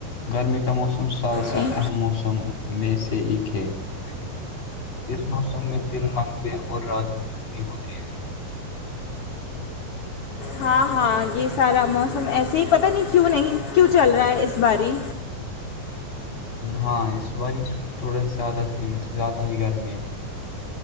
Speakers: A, on the left (about 40°); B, on the left (about 60°).
A: گرمی کا موسم <unintelligible> سال کا
B: جی
A: اہم موسم میں سے ایک ہے <unintelligible> اس موسم میں دن لمبے اور رات ہی چھوٹی ہوتے ہیں
B: ہاں ہاں یہ سارا موسم ایسے ہی پتہ نہیں کیوں نہیں کیوں چل رہا ہے اس باری
A: ہاں اس بار تھوڑا س زیادہ سے زیادہ ہی گرمی ہے